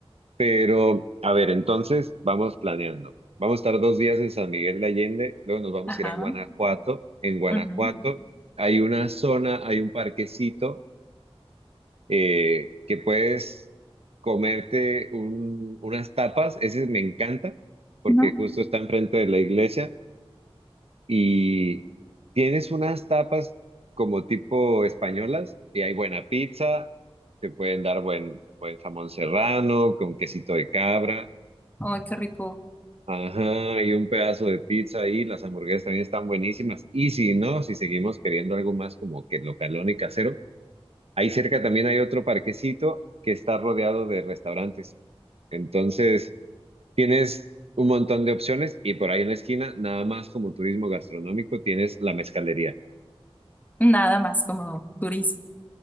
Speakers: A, on the right; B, on the left.
A: Pero, a ver, entonces vamos planeando. Vamos a estar dos días en San Miguel de Allende, luego nos vamos
B: Ajá.
A: a ir a Guanajuato. En Guanajuato
B: ujú,
A: hay una zona, hay un parquecito eh, que puedes comerte un- unas tapas. Ese me encanta porque
B: ujú.
A: justo está enfrente de la iglesia y tienes unas tapas como tipo españolas y hay buena pizza, te pueden dar buen, buen jamón serrano con quesito de cabra.
B: Ay, qué rico.
A: Ajá, y un pedazo de pizza ahí, las hamburguesas también están buenísimas. Y si no, si seguimos queriendo algo más como que localón y casero, ahí cerca también hay otro parquecito que está rodeado de restaurantes. Entonces, tienes un montón de opciones y por ahí en la esquina, nada más como turismo gastronómico, tienes la mezcalería.
B: Nada más como turismo.